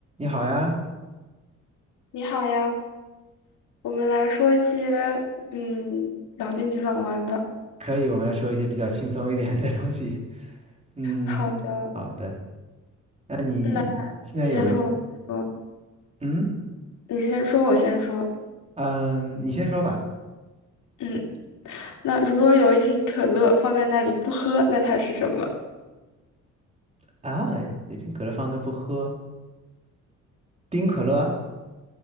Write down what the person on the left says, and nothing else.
你好呀，我们来说一些嗯脑筋急转弯吧。
好的，
那你先说，我先说，
你先说，我先说。
嗯，那如果有一瓶可乐放在那里不喝，那它是什么？